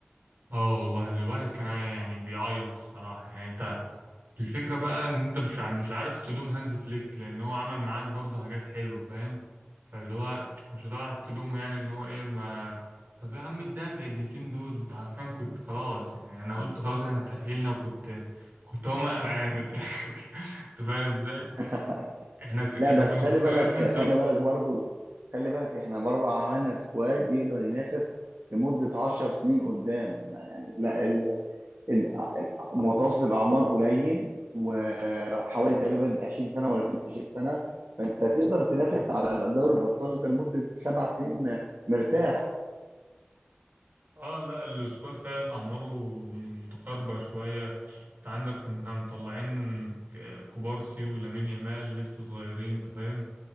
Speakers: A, on the right (about 55°); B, on the right (about 75°).
A: اه والله الواحد كان يعني بيعيط الصراحة يعني انت الفكرة بقى ان انت مش ع- مش عارف تلوم هانز فليك لان هو عمل معاك برضه حاجات حلوة فاهم فاللي هو مش هتعرف تلومه يعني ان هو ايه ما طب يا عم الدافع الدقيقتين دول انت عارفين كنت خلاص يعني انا قلت خلاص احنا تأهلنا وكنت كنت هقوم اقلع <laughs> يعني من الاخر <laughs> انت فاهم ازاي
B: <laughs>
A: احنا ك...
B: لا
A: احنا
B: بس
A: كنا
B: خلي
A: خسرانين
B: بالك
A: 2-0
B: خلي بالك برضو خلي بالك احنا برضو عملنا سكواد يقدر ينافس لمدة 10 سنين قدام احنا يعني لا ال... ال... متوسط الأعمار قليل وحوالي تقريبا 20 سنة ولا 22 سنة فأنت تقدر تنافس على دوري الأبطال ده لمدة سبع سنين مرتاح
A: اه لا السكواد فعلا اعماره متقاربه شويه انت عندك كنا مطلعين ك- كوبارسي ولامين يامال لسه صغيرين انت فاهم